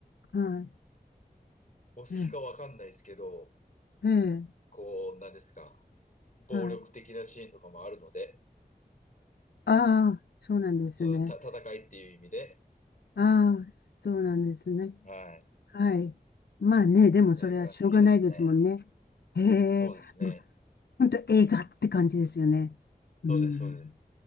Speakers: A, on the left; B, on the left.
A: は
B: お好きかわかんないですけど、
A: い。ええ、ええ、
B: こう、なんですか、暴力的なシーンとかもあるので、
A: はい。ああ、そうなんですね。
B: その、た、戦いっていう意味で。
A: ああ、そうなんですね。
B: はい。
A: はい。まあね、
B: そういった映画好きですね。
A: でもそれはしょうがないですもんね。ええ、
B: そうですね。
A: まあ、ほんと映画って感じですよね。うん、
B: そうです、そうです。